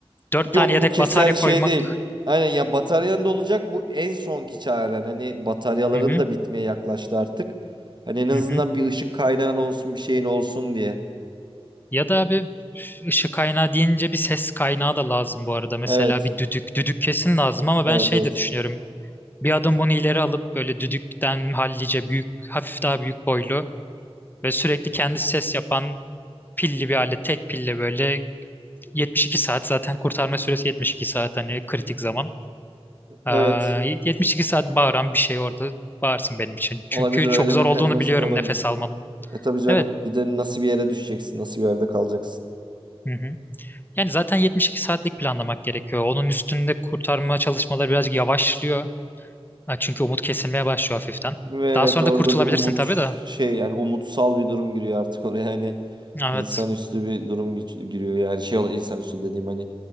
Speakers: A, on the left; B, on the right.
A: dört
B: Yok
A: tane yedek
B: bu kesen
A: batarya
B: şey
A: koymak.
B: değil. Aynen ya bataryan da olacak bu en sonki çaren. Hani bataryaların
A: Hı hı,
B: da bitmeye yaklaştı artık. Hani en azından
A: hı hı.
B: bir ışık kaynağın olsun bir şeyin olsun diye.
A: Ya da abi üf, ışık kaynağı deyince bir ses kaynağı da lazım bu arada. Mesela
B: Evet.
A: bir düdük. Düdük kesin lazım ama
B: Evet
A: ben şey
B: evet.
A: de düşünüyorum. Bir adım bunu ileri alıp böyle düdükten hallice büyük, hafif daha büyük boylu ve sürekli kendi ses yapan pilli bir alet, tek pille böyle 72 saat zaten kurtarma süresi 72 saat hani kritik zaman. Ee,
B: Evet.
A: 72 saat bağıran bir şey orada bağırsın benim için. Çünkü
B: Olabilir
A: çok
B: öyle
A: zor
B: mekanizması
A: olduğunu biliyorum
B: da olabilir.
A: nefes almanın.
B: E tabii canım.
A: Evet.
B: Bir de nasıl bir yere düşeceksin, nasıl bir yerde kalacaksın.
A: Hı hı. Yani zaten 72 saatlik planlamak gerekiyor. Onun üstünde kurtarma çalışmaları birazcık yavaşlıyor. Ha, Çünkü umut kesilmeye başlıyor hafiften.
B: Ve evet
A: Daha sonra
B: orada
A: da kurtulabilirsin
B: bir umut
A: tabii de.
B: şey yani umutsal bir durum giriyor artık oraya yani
A: Evet.
B: insanüstü bir durum geç- giriyor yani şey ol- insanüstü dediğim hani